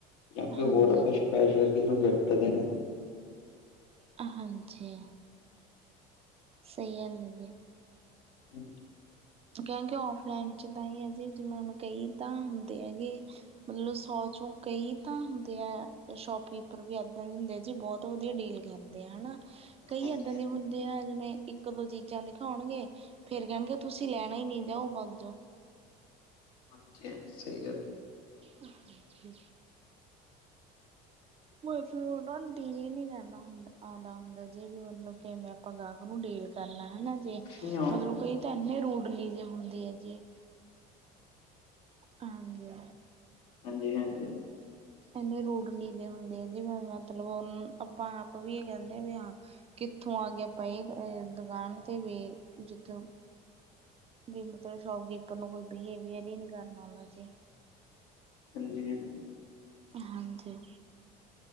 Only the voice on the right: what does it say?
ਹਾਂਜੀ
ਹਾਂਜੀ। ਸਹੀ ਗਲ ਐ ਜੀ
ਕੈਂ ਕੇ ਔਫਲਾਈਨ ਚ ਤਾਂ ਏ ਐ ਜੀ, ਜਿਵੇਂ ਹੁਣ ਕਈ ਤਾਂ ਹੁੰਦੇ ਐਗੇ ਮਤਲਬ ਸੌ ਚੋਂ ਕਈ ਤਾਂ ਹੁੰਦੇ ਐ, ਸ਼ੋਪਕੀਪਰ ਵੀ ਏਦਾਂ ਦੇ ਹੁੰਦੇ ਐ ਜੀ, ਬੋਤ ਵਧੀਆ ਡੀਲ ਕਰ ਤੇ ਹੈਨਾ ਕਈ
ਏਦਾਂ
ਦੇ ਹੁੰਦੇ ਆ, ਜਿਵੇਂ ਇੱਕ ਦੋ ਚੀਜ਼ਾਂ ਦਿਖਾਓਣਗੇ ਫੇਰ ਕੈਣਗੇ ਤੁਸੀਂ ਲੈਣਾ ਈ ਨੀ, ਜਾਓ ਭਾਗ ਜੋ।
ਹਾਂਜੀ। ਮਤਲਬ ਓਨਾ ਨੂੰ ਡੀਲ ਈ ਨੀ ਕਰਨਾ ਹੁੰਦਾ ਔਂਦਾ ਹੁੰਦਾ ਜੇ। ਜੇ ਮਤਲਬ ਕਿਵੇਂ ਆਪਾਂ ਗਾਹਕ ਨੂੰ ਡੀਲ ਕਰਨਾ ਹੈਨਾ ਜੀ,
ਮਤਲਬ ਕਈ ਤਾਂ ਐਨੇ ਰੂਡਲੀ ਜੇ ਹੁੰਦੇ ਐ ਜੇ ਹਾਂਜੀ।
ਐਨੇ ਰੂਡਲੀ ਦੇ ਹੁੰਦੇ ਆ, ਜਿਵੇਂ ਮਤਲਬ ਆਪਾਂ ਆਪ ਵੀ ਏ ਕੈ ਦਿੰਨੇ ਆ ਵੀ ਹਾਂ ਕਿੱਥੋਂ ਆ ਗਏ ਪਏ ਦੁਕਾਨ ਤੇ ਵੀ ਜਿੱਥੋਂ
ਵੀ ਮਤਲਬ ਸ਼ੋਪਕੀਪਰ ਨੂੰ ਕੋਈ ਬਿਹੇਵੀਅਰ ਈ ਨੀ ਕਰਨਾ ਆਂਦਾ ਜੇ।
ਹਾਂਜੀ।